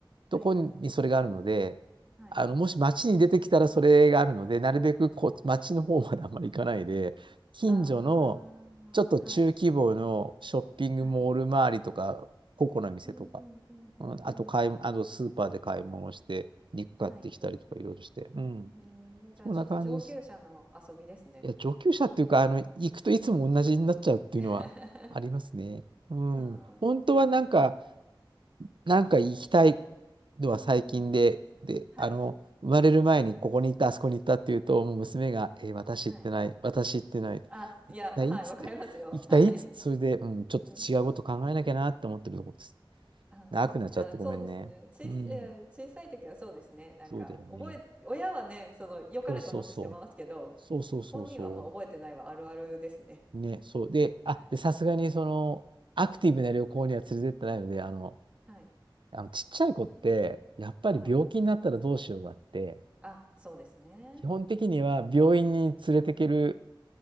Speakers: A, on the right (about 70°); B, on the right (about 15°).
A: とこにそれがあるので、
B: はい、はい。
A: あの、もし街に出てきたらそれがあるので、なるべくこう街の方まであんまり行かないで、近所のちょっと中規模のショッピングモール周りとか、
B: ああ、はい、はい。
A: 個々の店とか、
B: うんうんうんうんうん。
A: うん、あと買い、あとスーパーで買い物して、肉買ってきたりとかいろいろして、
B: はい。
A: うん、
B: へえ、じゃあちょっと上級者の遊びですね。
A: そんな感じです。いや、上級者っていうか、あの、行くといつも同じになっちゃうっていうのはありますね。
B: <laughs>
A: うん。
B: あー
A: 本当はなんか、なんか行きたいのは最近で、
B: うんうん。
A: で、
B: はい、
A: あの、生まれる前にここに行った、あそこに行ったっていうと、もう娘が、えー私行ってない、
B: はい。
A: 私行ってない、
B: あ、いや、
A: 行きたいっつって、
B: はい、わかりますよ。
A: 行きたいっつって、
B: はい。
A: それで、うん、ちょっと違うこと考えなきゃなって思ってるところです。
B: うん。あ、
A: 長くなっちゃってごめんね。
B: そうですね。あの、そうですね。小さい、
A: うん。
B: いや小さい時はそうですね。なんか、
A: そうだよね。
B: 覚え、親はね、その、良かれと思ってしてますけど、
A: そうそうそう。そうそうそうそう。
B: 本人はまあ覚えてないはあるあるですね。
A: ね、そう。で、あ、
B: はい、
A: で、さすがにその、アクティブな旅行には連れてってないので、あの、
B: はい、
A: あのちっちゃい子って、やっぱり病気になったらどうしようがあって、
B: はい。あ、そうですね。
A: 基本的には病院に連れてける
B: うんうんうんうん。